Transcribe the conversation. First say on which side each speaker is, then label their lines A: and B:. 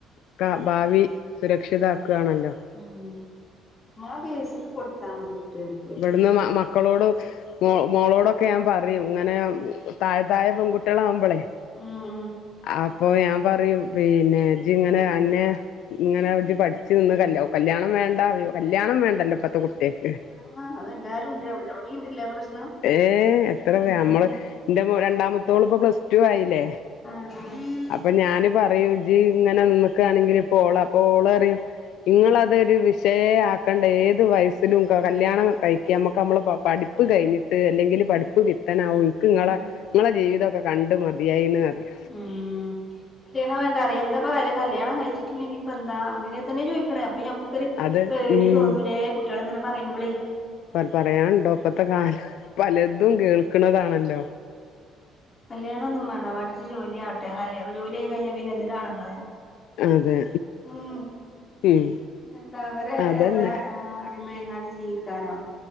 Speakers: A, on the left (about 75°); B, on the left (about 25°).
A: ക്കാ ഭാവി സുരക്ഷിതാക്ക് ആണല്ലോ.
B: ഉം മ്മളാ ബേസിക്ക് കൊടുത്താ മതി കുട്ട്യാൾക്കയ്
A: ഇവിടുന്ന്
B: കെ ജി
A: മക്കളോട് മോ മോളോടൊക്കെ ഞാം പറയും ഇങ്ങനെ താഴ തായെ പെൺകുട്ട്യാളാവുംമ്പളെയ്
B: ഉം ഉം.
A: അപ്പൊ ഞാം പറയും പിന്നെ ജ്ങ്ങനെ അന്നെ ഇങ്ങനെ ജ് പഠിച്ച് നിന്ന് കല്ല്യ കല്ല്യാണം വേണ്ടാ കല്ല്യാണം വേണ്ടല്ലോ ഇപ്പത്തെ കു ട്ട്യാക്ക്
B: ആ അതെല്ലാരും ഉണ്ട് അവിടെ അവിടെ ഉണ്ടല്ലേ പ്രശ്നം
A: ഏഹ് എത്ര
B: ഉം
A: ഞമ്മള് ൻ്റെ മൊ രണ്ടാമത്തോള് പ്പൊ പ്ലസ്ടു ആയിലേ.
B: ആഹ് ആഹ്.
A: അപ്പൊ ഞാന് പറയും ജ് ഇങ്ങനെ നിന്ന്ക്കാണെങ്കിലി പ്പോ ഓള അപ്പൊ ഓള് അറിം ഇങ്ങളതൊരു വിഷ് ശയേ ആക്കണ്ട ഏത് വയസ്സിലും ക കല്ല്യാണം കഴിക്കാ മ്മക്ക് അമ്മളെ പ പഠിപ്പ് കെയ്ഞ് അല്ലെങ്കില് പടിപ്പ് വിത്തനാവും ഇൻക്ക് ഇങ്ങളെ
B: ഉം
A: ഇങ്ങളെ ജീവിതക്കെ കണ്ട് മതിയായീന്ന് അറിം.
B: ഉം കല്യാണം വേണ്ട അറിയാം എന്താപ്പ വല് കല്യാണം കഴിച്ചിട്ടില്ലെങ്കി ഇപ്പന്താ അങ്ങനെ തന്നെ ചോയ്ക്ക്ണ് അപ്പൊ ഞമ്മക്കൊരു
A: അത്
B: പേടി
A: ഉം
B: തോന്നൂലേ കുട്ട്യാള്ങ്ങനെ പറയുമ്പളേയ്.
A: പറ പറയാണ്ടോ പ്പത്തെ കാലം പലതും കേൾക്ണതാണല്ലോ.
B: കല്യാണം ഒന്നും വേണ്ട പഠിച്ചു ജോലി ആവട്ടെ കല്യാ ജോലി ആയി കഴിഞ്ഞാ പിന്നെന്തിനാണ്ങ്ങളേ.
A: അതെ
B: ഉം
A: ഉം
B: എന്താ അവര്
A: അതന്നെ
B: എന്താ ആ ഒരുമയങ്ങാട് ജീവിക്കാനോ